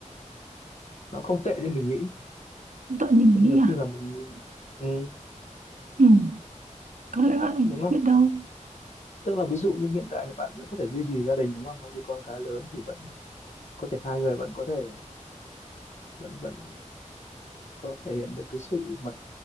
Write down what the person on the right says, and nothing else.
cũng tội nhìn
nghĩ
à
ừ có lẽ vậy
biết đâu